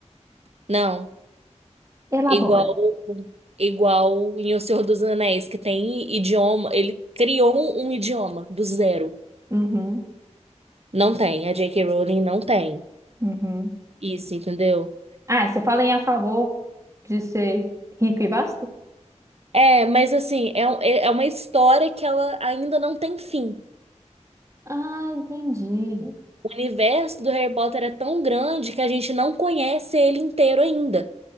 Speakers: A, on the right (about 55°); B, on the right (about 25°).
A: Não.
B: Elabora.
A: Igual, igual em O Senhor dos Anéis, que tem idioma, ele criou um, um idioma do zero.
B: Uhum.
A: Não tem, a J.K. Rowling não tem.
B: Uhum.
A: Isso, entendeu?
B: Ah, você fala em a favor de ser rico e vasto?
A: É, mas assim, é, um- é é uma história que ela ainda não tem fim.
B: Ah, entendi.
A: O universo do Harry Potter é tão grande que a gente não conhece ele inteiro ainda.